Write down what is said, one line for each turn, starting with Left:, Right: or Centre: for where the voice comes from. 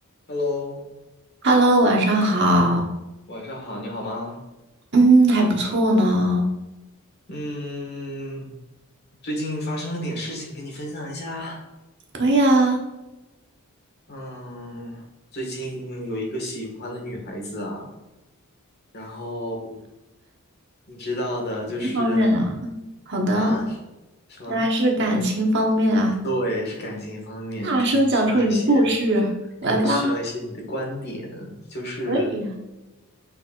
Left: Hello，
Right: Hello，晚上好。
Left: 晚上好，你好吗？
Right: 嗯，还不错呢。
Left: 嗯，最近发生了点事情，跟你分享一下。
Right: 可以啊，
Left: 嗯，最近有一个喜欢的女孩子啊，然后你知道的，就是
Right: 方便啊，好的。
Left: 啊，什么？
Right: 原来是感情方面啊，
Left: 对，是感情方面，
Right: 大声讲出你的故事，
Left: 可能需要一些，
Right: 来吧。
Left: 可能需要一些你的观点，就是。
Right: 可以啊